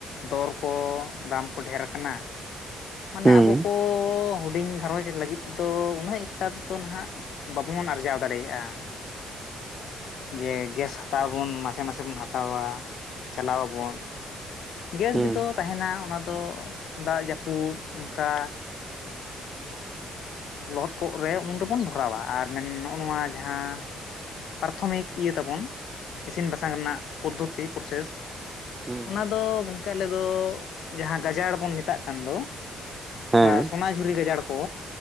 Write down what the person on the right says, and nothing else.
ᱦᱩᱸ
ᱦᱩᱸ
ᱦᱮᱸ ᱦᱩᱸ
ᱦᱮᱸ